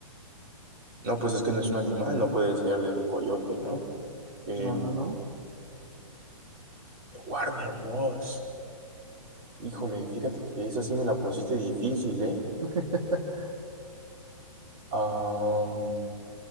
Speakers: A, on the right (about 35°); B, on the right (about 80°).
A: No, pues es que no es un animal, no puede ser del coyote, ¿no? Em,
B: No, no, no.
A: de Warner Bros. Híjole, fíjate que esa sí me la pusiste difícil, ¿eh?
B: <laughs>
A: Am,